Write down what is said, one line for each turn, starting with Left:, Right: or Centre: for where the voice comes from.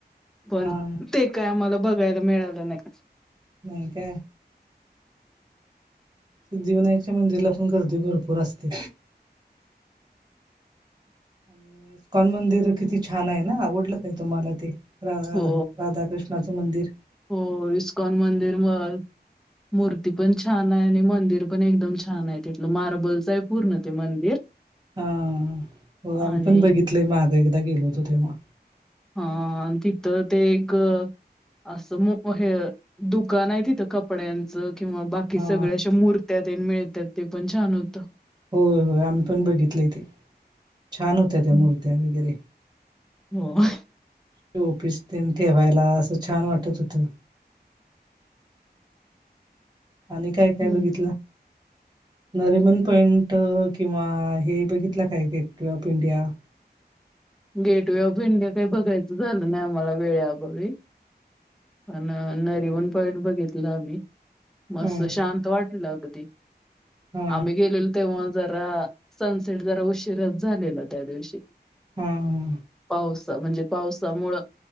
Centre: पण
Right: हा
Centre: ते.... काय आम्हाला बघायला मिळालं नाही....
Right: होय का.... सिद्धिविनायकच्या मंदिरला पण गर्दी भरपूर असते.... आणि इकॉन मंदिर किती छान आहे ना आवडलं काही तुम्हाला ते रा
Centre: हो
Right: राधाकृष्ण.... नाचं मंदिर....
Centre: हो इस्कॉन मंदिर मग.... मूर्ती पण छान आहे आणि मंदिर पण एकदम छान आहे तिथलं मार्बलचं आहे पूर्ण ते मंदिर.....
Right: हा हो आम्ही
Centre: आणि
Right: पण बघितलय मागं एकदा गेलो होतो तेव्हा.....
Centre: ह आणि तिथं ते एक..... असं हे दुकान आहे तिथं कपड्यांचं किंवा बाकी..... की
Right: हा
Centre: सगळ्या अशा मूर्त्यात मिळतात ते पण छान होतं....
Right: हो होय आम्ही पण बघितले तेे छान होत्या त्या
Centre: हम्म.
Right: मूर्त्या वगैरे...
Centre: हो....
Right: टोपीस तेन ठेवायला असं छान वाटत होतं.... आणि काय काय
Centre: हम्म
Right: बघितलं..... नरीमन पॉइंट किंवा हे बघितलं काय gate of India.....
Centre: gateway of India काही बघायचं झालं नाही आम्हाला वेळ अभावी.... पण नरिमन पॉईंट बघितलं आम्ही मस्त
Right: हम्म
Centre: शांत वाटलं अगदी.....
Right: हा
Centre: आम्ही गेलेलो तेव्हा जरा सनसेट जरा उशीिरच झालेला त्या दिवशी...
Right: हा....
Centre: पावसा म्हणजे पावसामुळं